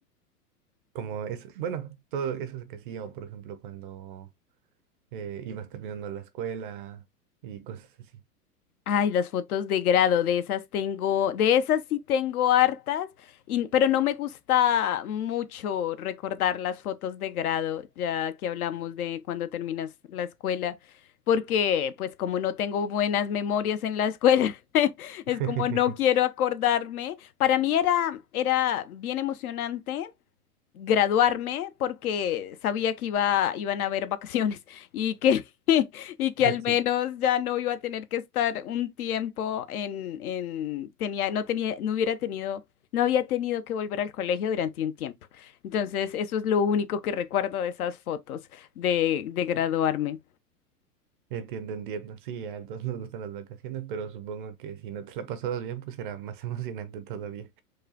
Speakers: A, on the right; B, on the left.
A: Como es, bueno, todo eso es que hacía, o por ejemplo, cuando eh, ibas terminando la escuela y cosas así.
B: Ay, las fotos de grado, de esas tengo, de esas sí tengo hartas, y- pero no me gusta mucho recordar las fotos de grado, ya que hablamos de cuando terminas la escuela, porque pues como no tengo buenas memorias en la escuela, <laughs> es
A: <laughs>
B: como no quiero acordarme. Para mí era, era bien emocionante. graduarme porque sabía que iba, iban a haber vacaciones y que, <laughs> y que al
A: Sí,
B: menos ya no iba a tener que estar un tiempo en, en tenía, no tenía, no hubiera tenido, no había tenido que volver al colegio durante un tiempo. Entonces, eso es lo único que recuerdo de esas fotos de, de graduarme.
A: entiendo, entiendo. Sí, a todos nos gustan las vacaciones, pero supongo que si no te la pasabas bien, pues era más <laughs> emocionante todavía.